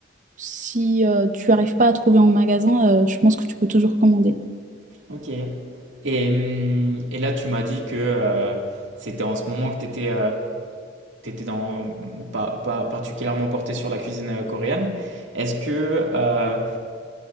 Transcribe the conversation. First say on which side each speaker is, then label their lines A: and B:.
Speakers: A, on the right; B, on the right.
A: si euh, tu arrives pas à trouver en magasin, euh, je pense que tu peux toujours commander.
B: Ok. Et, hum, et là, tu m'as dit que euh, c'était en ce moment que tu étais, dans, pas, pas particulièrement porté sur la cuisine euh, coréenne. Est-ce que euh,